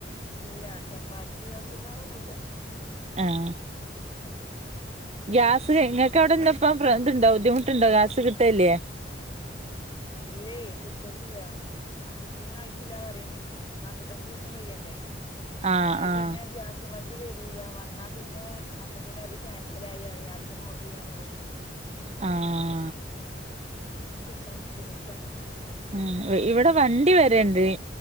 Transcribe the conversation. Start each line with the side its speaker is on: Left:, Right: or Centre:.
Left: ഇല്ല ചപ്പാത്തി ആവശ്യക്കാരൊന്നുല്ല.
Right: ആഹ് ഗ്യാസ് നിങ്ങൾക്ക് അഒടെന്താപ്പം
Left: എല്ലാരും ചോര
Right: ത്ണ്ടോ ബുദ്ധിമുട്ട്ണ്ടോ ഗ്യാസ് കിട്ടേല്ലേ?
Left: ഇല്ലേ കിട്ടലില്ല. ബുക്കിംങ്‌ ആയിട്ടില്ലാന്ന് പറിം നാല്പത്തഞ്ച് സം കഴിയണ്ടേ
Right: ആഹ്
Left: അഹ്
Right: ആഹ്
Left: പിന്നെ ഗ്യാസ് വണ്ടി വരൂല വന്നാ പിന്നെ അപ്പ തന്നെ അത് ക്യാൻസലായി അറിം. ആദ്യക്കന്ന് ഓർഡർ യ്യാൻ പറിം.
Right: ആഹ്
Left: അങ്ങനെ കിട്ടാൻ ബുദ്ധിമുട്ടാണ്.
Right: ഹേ ഇവ് ഇവടെ വണ്ടി വരേണ്ട്